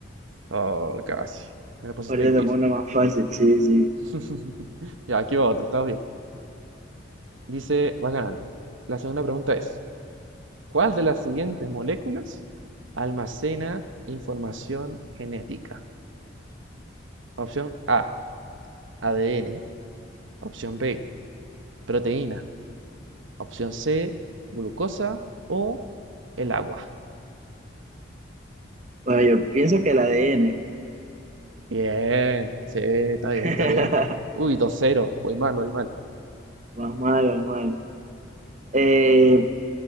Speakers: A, on the right; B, on the right.
A: Oh, casi. Me la pusiste
B: Ahorita
A: difícil.
B: te pongo una más fácil, sí, sí.
A: <laughs> Ya, aquí va otro, está bien. Dice, vas ganando. La segunda pregunta es. ¿Cuál de las siguientes moléculas almacena información genética? Opción A, ADN. Opción B, proteína. Opción C, glucosa o el agua.
B: Bueno, yo pienso que el ADN.
A: Bien, sí, está bien,
B: <laughs>
A: está bien. Uy, dos cero. Voy mal, voy mal.
B: Más mal, más mal. Eh,